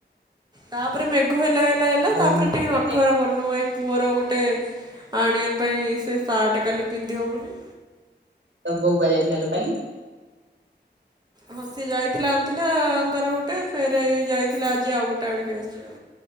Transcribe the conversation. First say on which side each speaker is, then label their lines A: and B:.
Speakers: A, on the right (about 20°); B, on the right (about 85°).
A: ତାପରେ ମେଘ ହେଲା ହେଲା ହେଲା
B: ଆଉ
A: ତାପରେ ଟିକେ ର ଆଠୁଆର ଗନୁ ଏଇ ପୁଅର ଗୋଟେ ଆଣିବା ପାଇଁ ସେ ସାର୍ଟ କାଲି ପିନ୍ଧିବ ବୋଲି।
B: ତୋ ପୁଅ କୁଆଡେ ଯାଇଥିଲାଲୋ କାଲି?
A: ହଁ ସିଏ ଯାଇଥିଲା ଆଣିଥିଲା ତାର ଗୋଟେ ଫେରଏଇ ଯାଇଥିଲା ଆଜି ଆଉ ଗୋଟେ ଆଣିକି ଆସିଛି।